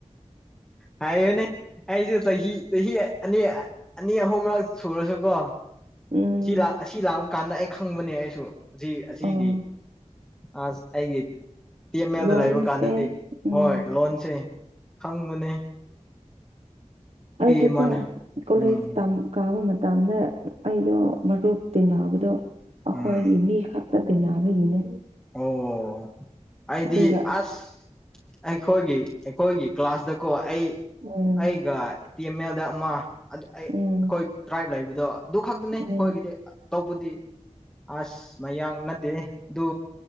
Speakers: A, in the centre; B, on the right.
A: ꯍꯥꯏꯌꯨꯅꯦ ꯑꯩꯖꯨ ꯆꯍꯤ ꯆꯍꯤ ꯑꯅꯤ ꯑꯅꯤ ꯑꯍꯨꯝꯔꯛ ꯁꯨꯔꯁꯨꯀꯣ
B: ꯎꯝ
A: ꯁꯤ ꯂꯥꯛ ꯑꯁꯤ ꯂꯥꯛꯄ ꯀꯥꯟꯗ ꯑꯩ ꯈꯪꯕꯅꯦ ꯑꯩꯁꯨ ꯑꯁꯤ ꯑꯁꯤꯒꯤ
B: ꯑꯣ
A: ꯑꯥꯁ ꯑꯩꯒꯤꯠ ꯇꯤ ꯑꯦꯝ
B: ꯂꯣꯟꯁꯦ
A: ꯑꯦꯜꯗ ꯂꯩꯕ ꯀꯥꯟꯗꯗꯤ
B: ꯎꯝ
A: ꯍꯣꯏ ꯂꯣꯟꯁꯦ ꯈꯪꯕꯅꯤ
B: ꯑꯩꯁꯨ
A: ꯏꯃꯥꯅ
B: ꯀꯣ ꯀꯣꯂꯦꯖ
A: ꯎꯝ
B: ꯇꯝ ꯀꯥꯕ ꯃꯇꯝꯗ ꯑꯩꯗꯣ ꯃꯔꯨꯞ ꯇꯤꯟꯅꯕꯗꯣ ꯑꯩꯈꯣꯏꯒꯤ
A: ꯎꯝ
B: ꯃꯤ ꯈꯛꯇ ꯇꯤꯟꯅꯕꯒꯤꯅꯦ
A: ꯑꯣ ꯑꯩꯗꯤ
B: ꯑꯗꯨꯒ
A: ꯑꯁ ꯑꯩꯈꯣꯏꯒꯤ ꯑꯩꯈꯣꯏꯒꯤ ꯀ꯭ꯂꯥꯁꯇꯀꯣ ꯑꯩ
B: ꯎꯝ
A: ꯑꯩꯒ ꯇꯤ ꯑꯦꯝ ꯑꯦꯜꯗ ꯑꯃ ꯑꯩꯈꯣꯏ
B: ꯎꯝ
A: ꯇ꯭ꯔꯥꯏꯞ ꯂꯩꯕꯗꯣ ꯑꯗꯨ ꯈꯛꯇꯅꯦ
B: ꯎꯝ
A: ꯑꯩꯈꯣꯏꯒꯤꯗꯤ ꯇꯧꯕꯨꯗꯤ ꯑꯁ ꯃꯌꯥꯡ ꯅꯠꯇꯦ ꯑꯗꯨ